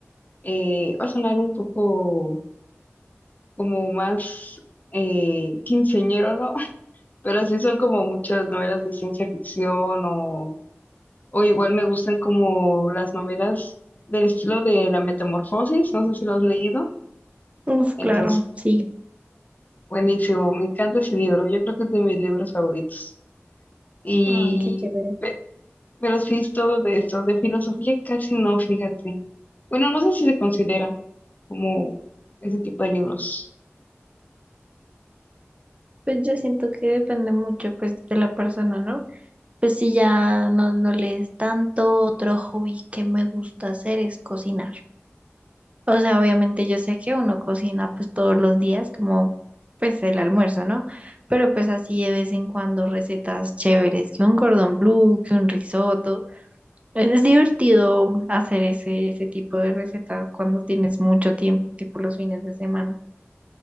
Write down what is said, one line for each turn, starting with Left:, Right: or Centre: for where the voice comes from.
Left: eh, va a sonar un poco como más eh, quinceañero, ¿no? <laughs> Pero sí son como muchas novelas de ciencia ficción o, o igual me gustan como las novelas del estilo de La Metamorfosis, no sé si lo has leído,
Right: Uf,
Left: entonces,
Right: claro, sí.
Left: buenísimo, me encanta ese libro, yo creo que es de mis libros favoritos. Y,
Right: Ah, qué chévere.
Left: pe- pero sí es todo de esto, de filosofía casi no, fíjate. Bueno, no sé si se considera como ese tipo de libros.
Right: Pues yo siento que depende mucho pues de la persona, ¿no? Pues si ya no, no lees tanto, otro hobby que me gusta hacer es cocinar. O sea, obviamente yo sé que uno cocina pues todos los días como pues el almuerzo, ¿no? Pero pues así de vez en cuando recetas chéveres, que un cordón blue, que un risotto. Es, es divertido hacer ese, ese tipo de recetas cuando tienes mucho tiempo, tipo los fines de semana.